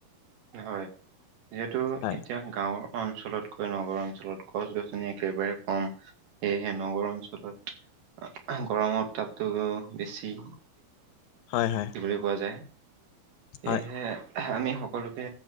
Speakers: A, on the right (about 65°); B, on the left (about 80°).
A: হয়, যিহেতু
B: হয়
A: এতিয়া গাঁৱৰ অঞ্চলতকৈ নগৰ অঞ্চলত গছ গছনি একেবাৰে কম। সেয়েহে নগৰ অঞ্চলত গৰমৰ উত্তাপটো বেছি।
B: হয় হয়।
A: বুলি কোৱা যায়, সেয়েহে
B: হয়
A: আমি সকলোকে